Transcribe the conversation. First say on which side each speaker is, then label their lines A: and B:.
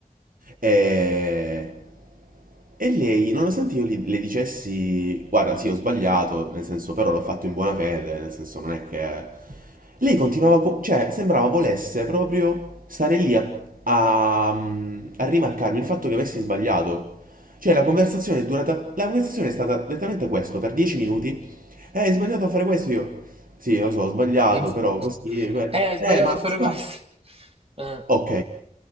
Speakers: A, on the right; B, on the right.
A: E, e lei, nonostante io gli- le dicessi, guarda, sì, ho sbagliato, nel senso, però l'ho fatto in buona fede, nel senso, non è che... Lei continuava, co- cioè, sembrava volesse proprio stare lì a, a, a rimarcarmi il fatto che avessi sbagliato. Cioè, la conversazione è durata... La conversazione è stata letteralmente questo, per dieci minuti. Eh, hai sbagliato a fare questo? Io, sì, lo so, ho sbagliato,
B: Mm.
A: però
B: <laughs>
A: così... que-
B: Eh, hai sbagliato
A: Eh, ma
B: a
A: non
B: fare
A: si
B: questo.
A: fa...
B: Eh,
A: Ok.